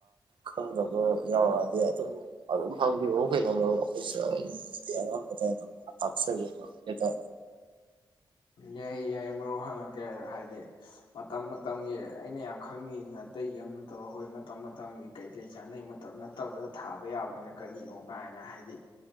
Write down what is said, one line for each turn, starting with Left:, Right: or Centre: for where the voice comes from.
Right: ꯈꯪꯗꯕ ꯌꯥꯎꯔꯛꯑꯗꯤ ꯑꯗꯨꯝ ꯑꯗꯨꯝ ꯍꯪꯕꯤꯌꯎ ꯀꯩꯅꯣ ꯃꯔ ꯑꯩꯈꯣꯏꯁꯨ ꯑꯌꯥꯝꯥꯟꯕꯗ ꯑꯗꯨꯝ ꯇꯥꯛꯆꯒꯗ
Left: ꯌꯥꯏ ꯌꯥꯏ ꯃꯔꯨꯞ ꯍꯪꯉꯛꯀꯦ ꯍꯥꯏꯗꯤ ꯃꯇꯝ ꯃꯇꯝꯒꯤ ꯑꯩꯅ ꯌꯥꯝ ꯈꯪꯅꯤꯡꯉꯤꯁꯤꯅ ꯑꯇꯩ ꯌꯥꯝ ꯅꯠꯇꯕ ꯑꯩꯈꯣꯏ ꯃꯇꯝ ꯃꯇꯝꯒꯤ ꯀꯩꯀꯩ ꯆꯥꯅꯩ ꯃꯇꯝ ꯅꯠꯇꯕꯗ ꯊꯥꯕ ꯌꯥꯕꯅ ꯀꯔꯤꯅꯣ ꯀꯥꯏꯅ ꯍꯥꯏꯗꯤ